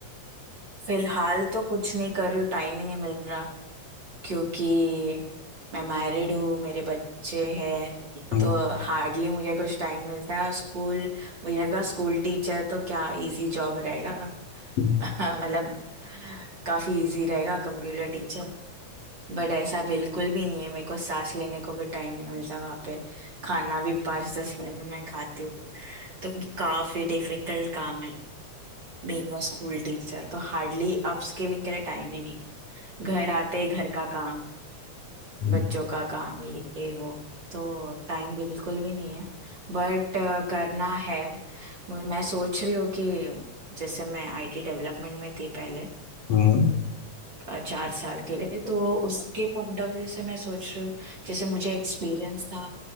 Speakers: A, on the right; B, on the left.
A: फिलहाल तो कुछ नहीं कर रही हूँ टाइम ही नहीं मिल रहा क्योंकि मैं मैरिड हूँ मेरे बच्चे हैं
B: हुँ,
A: तो हार्डली मुझे कुछ टाइम मिलता है और स्कूल मुझे लगा स्कूल टीचर तो क्या इजी जॉब रहेगा <laughs>
B: हुँ,
A: मतलब काफी इजी रहेगा कंप्यूटर बट ऐसा बिल्कुल भी नहीं है मेरे को सांस लेने को भी टाइम नहीं मिलता वहां पे खाना भी पाँच दस मिनट में मैं खाती हूँ तो काफी डिफिकल्ट काम है बीइंग अ स्कूल टीचर तो हार्डली अपस्किलिंग के लिए टाइम ही नहीं है घर आते ही घर का काम
B: हुँ,
A: बच्चों का काम ये ये वो तो टाइम बिल्कुल भी नहीं है बट करना है मु- मैं सोच रही हूँ कि जैसे मैं आईटी डेवलपमेंट में थी पहले
B: हुँ,
A: अ, चार साल के लिए तो उसके पॉइंट ऑफ व्यू से मैं सोच रही हूँ जैसे मुझे एक्सपीरियंस था